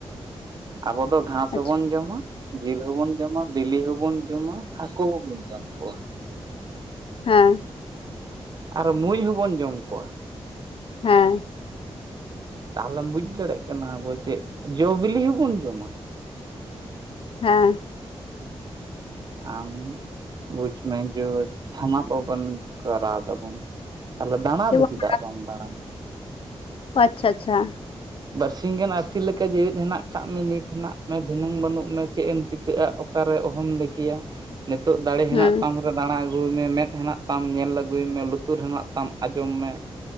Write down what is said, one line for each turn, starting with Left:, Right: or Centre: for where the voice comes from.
Right: ᱟᱵᱚ ᱫᱚ ᱜᱷᱟᱸᱥ ᱦᱚᱸᱵᱚᱱ
Left: ᱟᱪᱪᱷᱟ
Right: ᱡᱚᱢᱟ ᱡᱤᱞ ᱦᱚᱸᱵᱚᱱ ᱡᱚᱢᱟ ᱵᱤᱞᱤ ᱦᱚᱸᱵᱚᱱ ᱡᱚᱢᱟ ᱦᱟᱹᱠᱩ ᱦᱚᱸᱵᱚᱱ ᱡᱚᱢ ᱠᱚᱣᱟ᱾
Left: ᱦᱮᱸ᱾
Right: ᱟᱨ ᱢᱩᱡ ᱦᱚᱸᱵᱚᱱ ᱡᱚᱢ ᱠᱚᱣᱟ᱾
Left: ᱦᱮᱸ᱾
Right: ᱛᱟᱦᱚᱞᱮᱢ ᱵᱩᱡ ᱫᱟᱲᱮᱭᱟᱜ ᱠᱟᱱᱟ ᱟᱵᱚ ᱪᱮ ᱡᱚ ᱵᱤᱞᱤ ᱦᱚᱸᱵᱚᱱ ᱡᱚᱢᱟ᱾
Left: ᱦᱮᱸ᱾
Right: ᱟᱢ ᱵᱩᱡ ᱢᱮ ᱡᱚ ᱛᱷᱟᱢᱟ ᱠᱚ ᱵᱚᱱ ᱠᱚᱨᱟᱣ ᱫᱟᱵᱚᱱ᱾ ᱛᱷᱟᱞᱮ ᱫᱟᱬᱟ
Left: ᱪᱮᱫ
Right: ᱫᱚ
Left: ᱵᱟᱝ
Right: ᱪᱮᱫᱟᱜ ᱵᱟᱢ ᱫᱟᱬᱟᱱᱟ?
Left: ᱚ ᱟᱪᱪᱷᱟ ᱟᱪᱪᱷᱟ
Right: ᱵᱟᱨᱹᱥᱤᱧ ᱜᱟᱱ ᱟᱹᱨᱥᱤ ᱞᱮᱠᱟ ᱡᱤᱣᱮᱫ ᱦᱮᱱᱟᱜ ᱠᱟᱜ ᱢᱮ ᱱᱤᱛ ᱦᱮᱱᱟᱜ ᱢᱮ ᱫᱷᱤᱱᱟᱹᱝ ᱵᱟᱹᱱᱩᱜ ᱢᱮ ᱪᱮᱫ ᱮᱢ ᱪᱤᱠᱟᱹᱜᱼᱟ ᱚᱠ ᱚᱠᱟᱨᱮ ᱚᱦᱚᱢ ᱞᱟᱹᱠᱮᱭᱟ, ᱱᱤᱛᱚᱜ ᱫᱟᱲᱮ ᱦᱮᱱᱟᱜ
Left: ᱦᱩᱸ
Right: ᱛᱟᱢ ᱫᱟᱬᱟ ᱟᱹᱜᱩ ᱢᱮ ᱢᱮᱫ ᱦᱮᱱᱟᱜ ᱛᱟᱢ ᱧᱮᱞ ᱟᱹᱜᱩᱭ ᱢᱮ ᱞᱩᱛᱩᱨ ᱦᱮᱱᱟᱜ ᱛᱟᱢ ᱟᱸᱡᱚᱢ ᱢᱮ᱾